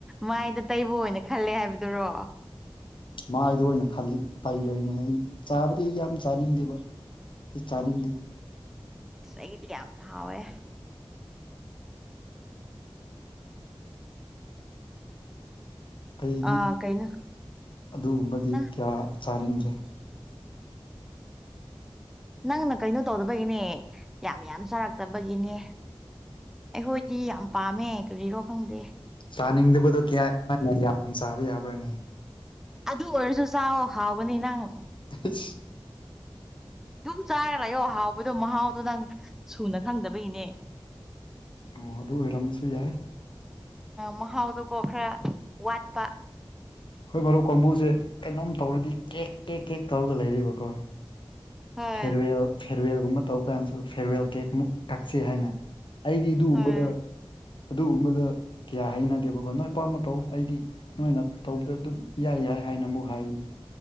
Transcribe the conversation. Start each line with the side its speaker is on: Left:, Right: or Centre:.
Centre: ꯃꯥꯏꯗ ꯇꯩꯕ ꯑꯣꯏꯅ ꯈꯜꯂꯦ ꯍꯥꯏꯕꯗꯨꯔꯣ
Left: ꯃꯥꯏꯗ ꯑꯣꯏꯅ ꯈꯜꯂꯤ ꯇꯩꯔꯦꯅꯦ ꯑꯩ ꯆꯥꯕꯗꯤ ꯑꯩ ꯌꯥꯝ ꯆꯥꯅꯤꯡꯗꯦꯕ ꯆꯥꯗꯤ
Centre: ꯑꯁ ꯑꯩꯗꯤ ꯌꯥꯝ ꯍꯥꯎꯋꯦ
Left: ꯑꯩꯗꯤ
Centre: ꯑꯥ ꯀꯩꯅꯣ
Left: ꯑꯗꯨꯒꯨꯝꯕꯗꯤ
Centre: ꯅꯪ
Left: ꯀꯌꯥ ꯆꯥꯅꯤꯡꯗꯦ
Centre: ꯅꯪꯅ ꯀꯩꯅꯣ ꯇꯧꯗꯕꯒꯤꯅꯦ ꯌꯥꯝ ꯌꯥꯝ ꯆꯥꯔꯛꯇꯕꯒꯤꯅꯦ ꯑꯩꯈꯣꯏꯗꯤ ꯌꯥꯝ ꯄꯥꯝꯃꯦ ꯀꯔꯤꯔꯣ ꯈꯪꯗꯦ
Left: ꯆꯥꯅꯤꯡꯗꯕꯗꯣ ꯀꯌꯥ ꯌꯥꯝ ꯆꯥꯕ ꯌꯥꯕ꯭ꯔꯥꯅꯦ
Centre: ꯑꯗꯨ ꯑꯣꯏꯔꯁꯨ ꯆꯥꯎꯥꯛ ꯍꯥꯎꯕꯅꯤ ꯅꯪ
Left: <unintelligible>
Centre: ꯑꯗꯨꯝ ꯆꯥꯔ ꯂꯥꯛꯌꯣ ꯍꯥꯎꯕꯗꯣ ꯃꯍꯥꯎꯗꯣ ꯅꯪ ꯁꯨꯅ ꯈꯪꯗꯕꯒꯤꯅꯦ
Left: ꯑꯣ ꯑꯗꯨ ꯑꯣꯏꯔꯝꯕꯁꯨ ꯌꯥꯏ
Centre: ꯑ ꯃꯍꯥꯎꯗꯨꯀꯣ ꯈꯔ ꯋꯥꯠꯄ
Left: ꯍꯣꯏ ꯃꯔꯨꯞ ꯀꯥꯡꯕꯨꯁꯦ ꯀꯩꯅꯣꯝ ꯇꯧꯔꯗꯤ ꯀꯦꯛ ꯀꯦꯛ ꯀꯦꯛ ꯇꯧꯔꯒ ꯂꯩꯔꯤꯕꯀꯣ
Centre: ꯍꯣꯏ
Left: ꯐꯦꯔꯋꯦꯜ ꯐꯦꯔꯋꯦꯜꯒꯨꯝꯕ ꯇꯧ ꯀꯥꯟꯗꯁꯨ ꯐꯦꯔꯋꯦꯜ ꯀꯦꯛꯃꯨꯛ ꯀꯛꯆ ꯍꯥꯏꯅ ꯑꯩꯗꯤ ꯑꯗꯨꯒꯨꯝꯕꯗ
Centre: ꯍꯣꯏ
Left: ꯑꯗꯨꯒꯨꯝꯕꯗ ꯀꯌꯥ ꯍꯩꯅꯗꯦꯕꯀꯣ ꯅꯣꯏ ꯑꯄꯥꯝꯕ ꯇꯧ ꯑꯩꯗꯤ ꯅꯣꯏꯅ ꯇꯧꯕꯗ ꯑꯗꯨꯝ ꯌꯥꯏ ꯌꯥꯏ ꯍꯥꯏꯅ ꯑꯃꯨꯛ ꯍꯥꯏꯕꯅꯤ